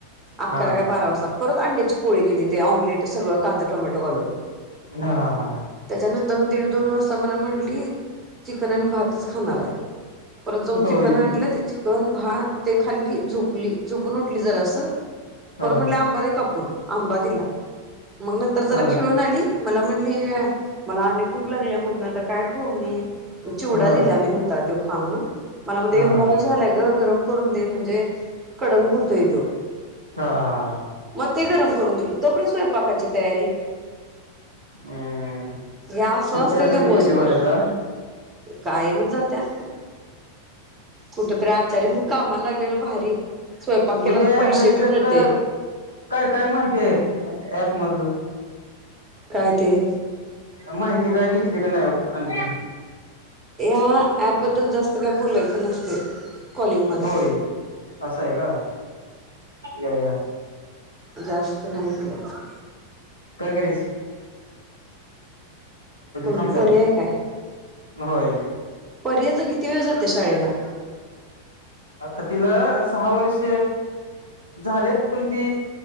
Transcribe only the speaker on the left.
हा
हा हा हा
होय
हा
हा
हा
हा
हा
हा ह
हम्म
सुट्टी असच
गेली म्हणायचा
बरं
हे
ह्याच्यातलं
काय काय माहिती आहे ऍप मधलं.
माहिती कागतली का ना आण आणखी.
होय असं आहे का या या
काय करेच.
थांब
जरा
होय.
आता तिला सहा वर्ष. झालेत पण ती